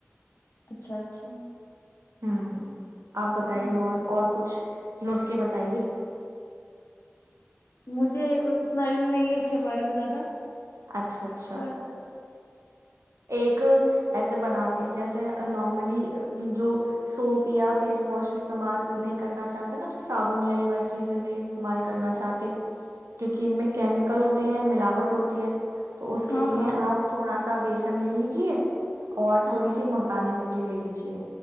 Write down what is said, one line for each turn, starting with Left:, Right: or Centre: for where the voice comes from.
Left: اچھا اچھا
Right: ہاں آپ بتائیے
Left: جی
Right: اور
Left: جی جی
Right: اور کچھ نسخے بتائیے
Left: مجھے اتنا علم نہیں ہے کے بارے میں زیادہ
Right: اچھا اچھا
Left: پر
Right: ایک ایسے بناتے ہیں جیسے نارملی جو سوپ یا فیس واش استعمال نہیں کرنا چاہتے نا جو صابن یا یہ والی چیزیں نہیں استعمال کرنا چاہتے کیونکہ ان میں کیمیکل ہوتے ہیں ملاوٹ ہوتی ہے تو اس کے
Left: ہاں
Right: لیے
Left: ہاں ہاں
Right: آپ تھوڑا سا سبس لے لیجیے السلام
Left: ہاں
Right: علیکم
Left: ہاں
Right: محترم بھائی جان آپ کو لے لیجیے